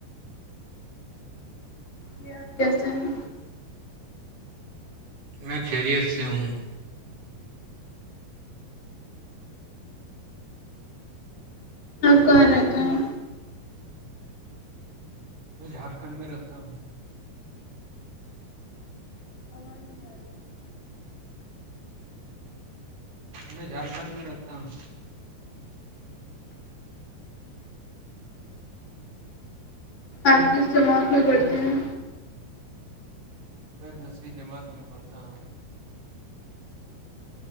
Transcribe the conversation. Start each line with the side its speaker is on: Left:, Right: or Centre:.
Left: ج آپ کیسے ہیں
Right: میں خیریت سے ہوں
Left: آپ کہاں رہتا ہے
Right: میں جھارکھنڈ میں رہتا ہوں
Left: آواز نہیں آ رہی ہے
Right: میں جھارکھنڈ میں رہتا ہوں
Left: آپ کے اس سے موت میں بڑھتے ہیں
Right: میں دسویں جماعت میں پڑھتا ہوں